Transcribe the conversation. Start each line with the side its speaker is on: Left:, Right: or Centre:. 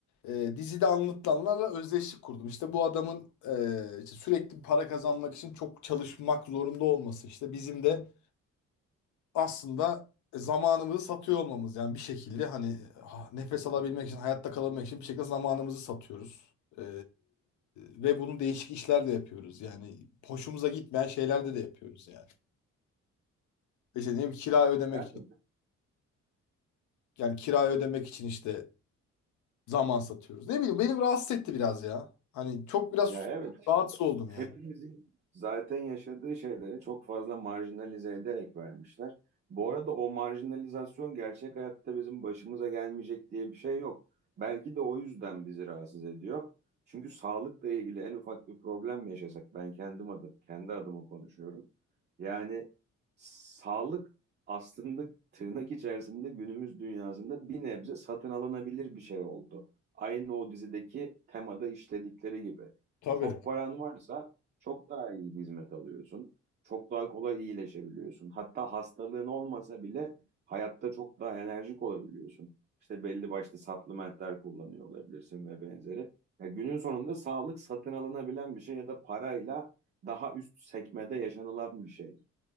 Left: e, dizide anlatılanlarla özdeşlik kurdum. İşte bu adamın e, işte sürekli para kazanmak için çok çalışmak zorunda olması. İşte bizim de aslında e, zamanımızı satıyor olmamız. Yani bir şekilde hani ah, nefes alabilmek için, hayatta kalabilmek için bir şekilde zamanımızı satıyoruz. Ee, ve bunu değişik işlerle yapıyoruz. Yani hoşumuza gitmeyen şeylerde de yapıyoruz yani. İşte diyeyim kirayı ödemek
Right: Gerçekten.
Left: için yani kirayı ödemek için işte zaman satıyoruz. Ne bileyim beni rahatsız etti biraz ya. Hani çok biraz
Right: Ya evet işte
Left: rahatsız oldum
Right: hepimizin
Left: yani.
Right: zaten yaşadığı şeyleri çok fazla marjinalize ederek vermişler. Bu arada o marjinalizasyon gerçek hayatta bizim başımıza gelmeyecek diye bir şey yok. Belki de o yüzden bizi rahatsız ediyor. Çünkü sağlıkla ilgili en ufak bir problem yaşasak ben kendim adım, kendi adıma konuşuyorum. Yani sağlık aslında tırnak içerisinde günümüz dünyasında bir nebze satın alınabilir bir şey oldu. Aynı o dizideki temada işledikleri gibi.
Left: Tabii.
Right: Çok paran varsa çok daha iyi hizmet alıyorsun. Çok daha kolay iyileşebiliyorsun. Hatta hastalığın olmasa bile hayatta çok daha enerjik olabiliyorsun. İşte belli başlı supplementler kullanıyor olabilirsin ve benzeri. Ya günün sonunda sağlık satın alınabilen bir şey ya da parayla daha üst sekmede yaşanılan bir şey.